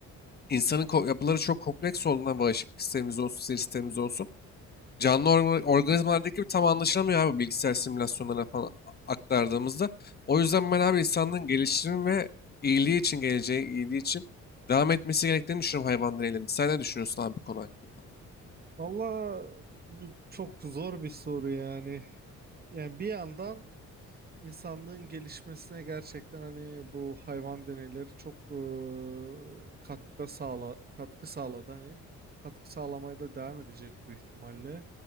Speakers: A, on the left; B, on the right.
A: insanın ko- yapıları çok kompleks olduğundan bağışıklık sistemimiz olsun, sinir sistemimiz olsun. Canlı orga- organizmalardaki gibi tam anlaşılamıyor abi bilgisayar simülasyonlarına falan a- aktardığımızda. O yüzden ben abi insanlığın gelişimi ve iyiliği için, geleceği iyiliği için devam etmesi gerektiğini düşünüyorum hayvan deneylerinin. Sen ne düşünüyorsun abi bu konu hakkında?
B: Valla bu çok zor bir soru yani. Yani bir yandan insanlığın gelişmesine gerçekten hani bu hayvan deneyleri çok eee, katkıda sağla katkı sağladı hani katkı sağlamaya da devam edecek büyük ihtimalle.